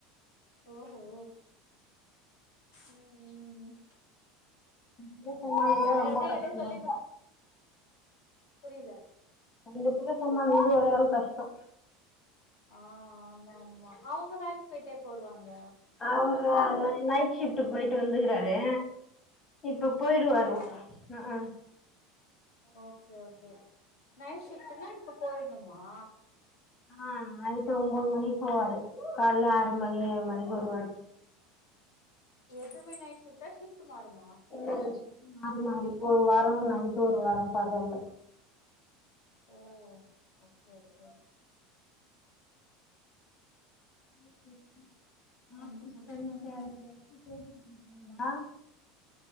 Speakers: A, on the left (about 75°); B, on the left (about 35°).
A: ஓஹோ ம் ம் ம்
B: இத
A: ஓகே
B: சமாளிக்கதா
A: ஓ கையோட
B: ரொம்ப கஷ்டமா
A: எடு சொல்லி
B: இருக்கு
A: குடுத் புரில
B: ரெண்டு பேர சமாலிக்றது ஒரே ஆள் கஷ்டோ
A: ஆ ஆமா ஆமா அவுங்க வேலைக்கு போயிட்டு எப்போ வருவாங்க
B: அவ்ரு ந நைட் ஷிஃப்ட்டு போயிட்டு வந்துக்குறாரு இப்ப போயிறுவாரு
A: அப்படியா
B: அ ஆ
A: ஓகே ஓகே நைட் ஷிஃப்ட்டுனா இப்ப போய்டுணுமா
B: ஆ நைட்டு ஒம்போது மணிக்கு போவாரு கால்ல ஆறு மணி
A: ஓகே
B: ஏழு மணிக்கு வருவாரு
A: எப்பியுமே நைட் ஷிஃப்ட்டா ஷிஃப்ட்டு மாருமா
B: இல்ல இல்ல ஷிஃப்ட்டு மாறி மாறி ஒரு வாரோ நைட்டு ஒரு வாரோ பகல்ல
A: ஓ ஓகே ஓகே
B: <unintelligible> வாய்ஸ்
A: சண்ட போட்டுக்குறானுங்க
B: கலம்சியா இருக்குது யார் கூடயாச்சு பேசிட்டு இருக்கீங்ளா